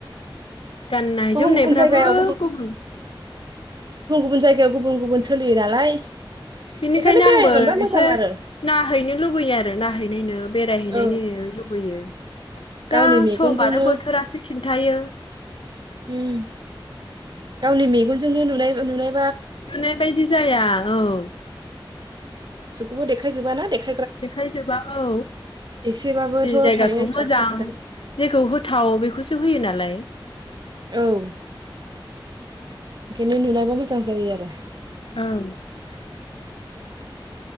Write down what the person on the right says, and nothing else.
गुबुन
गुबुन जायगायाव
बुन जायगायाव गुबुन गुबुन सोलियो नालाय
बेखायनो बेरायनो
मोनबा मोजां
आरो
औ
गावनि
मेगनजोंनो
उम गावनि मेगनजोंनो नुनाय ओ नुनाय
बोे देखाय जोबा ना देख
एसेबाबोथ'
थायो
थाखासिगोन
औ खेनि नुनायबा मोजां जायो आरो।